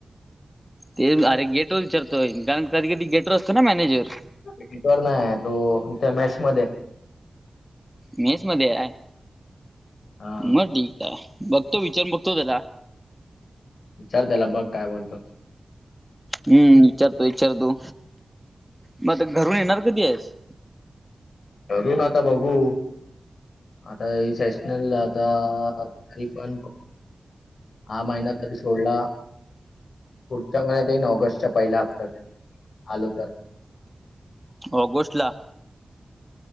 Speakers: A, in the centre; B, on the left.
A: ते अरे गेट वर विचारतोय कारण कधी कधी गेट वर असतो ना मॅनेजर.
B: पीटर नाही तो, इथ मॅच मध्ये
A: मेस मध्ये हाय.
B: हा
A: म ठीक हाय, बघतो विचारून बघतो त्याला
B: चल, त्याला बघ काय बोलतो?
A: हम्म विचारतो विचारतो, म आता घरून येणार कधी हायीस?
B: करू, आता बघू. आता सेशनल आता तरी पण हा महिना तरी सोडला पुढच्या महिन्यात येईन, ऑगस्टच्या पहिल्या हप्त्यात आलो तर
A: ऑगस्ट ला.